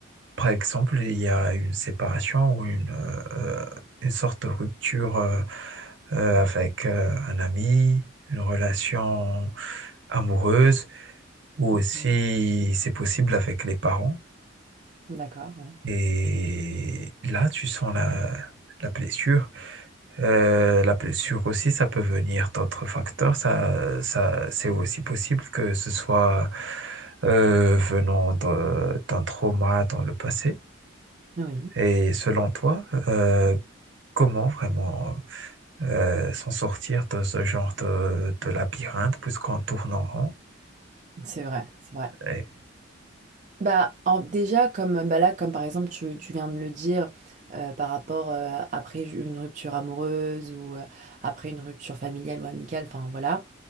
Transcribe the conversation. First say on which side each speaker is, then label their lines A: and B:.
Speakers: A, on the right; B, on the right.
A: par exemple, il y a une séparation ou une, euh, une sorte de rupture euh, euh, avec euh, un ami, une relation amoureuse, ou aussi
B: Mhm.
A: c'est possible avec les parents.
B: D'accord, ouais.
A: Et là, tu sens la, la blessure. Euh, la blessure aussi, ça peut venir d'autres facteurs. Ça, ça, c'est aussi possible que ce soit euh, venant de- d'un trauma dans le passé
B: Oui,
A: Et selon toi, euh, comment vraiment euh, s'en sortir de ce genre de, de labyrinthe puisqu'on tourne en rond?
B: c'est vrai, c'est vrai.
A: Et-
B: Bah, en- déjà, comme bah là, comme par exemple, tu, tu viens de le dire, euh, par rapport euh, après une rupture amoureuse ou euh, après une rupture familiale ou amicale, enfin voilà.